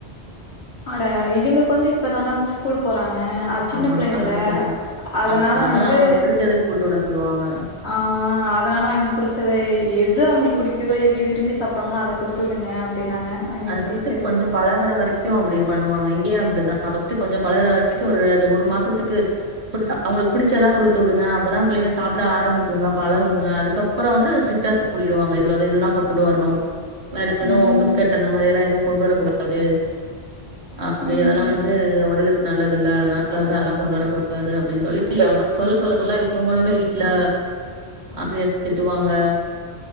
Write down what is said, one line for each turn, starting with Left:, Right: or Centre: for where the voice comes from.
Left: அட இவிங்களுக்கு வந்து இப்பதான ஸ்கூல் போறாங்க அது சின்ன
Right: ஆமா
Left: பிள்ளைங்கல்ல
Right: ச- ஆரம்பிச்சிருக்காங்க
Left: அதனால
Right: ஆமா,
Left: வந்து
Right: அவங்களுக்கு பிடிச்சத குடுத்து விட சொல்லுவாங்க
Left: ஆ அதனால அவங்களுக்கு புடிச்சது எது அவங்களுக்கு புடி எத எதை விரும்பி சாப்பிறாங்களோ அத குடுத்து விடுங்க அப்டின்னாங்க அவிங்க
Right: அது பர்ஸ்ட்டு
Left: டீச்சரு.
Right: கொஞ்சோ பழகுற வரைக்கு அப்டி பண்ணுவாங்க இங்கயு அப்டிதா பஸ்ட்டு கொஞ்சோ பழகுற வரைக்கு ஒரு ஒரு மாசத்துக்கு குடுத்தா அவங்களுக்கு பிடிச்சதா குடுத்து விடுங்க அப்பதா பிள்ளைங்க சாப்பிட ஆரம்பிக்குங்க பழகுங்க அதுக்கப்புற வந்து ஸ்ரிட்டா சொல்லிடுவாங்க இவ்வளவுதா இதுதா கொண்டு வரணு வேற எது
Left: ம்.
Right: பிஸ் அந்த மாரில்லா எதுவு கொண்டு வரக்கூடாது ஆ
Left: ம்.
Right: இதெல்லா வந்து ஒடலுக் நல்லது இல்ல அதனால வந்து அதெல்லா கொண்டு வரக்கூடாது அப்டின்னு சொல்லி அவங்க சொல்ல சொல்ல சொல்ல இவங்களுமே வீட்டுல ஆசிரியர் திட்டுவாங்க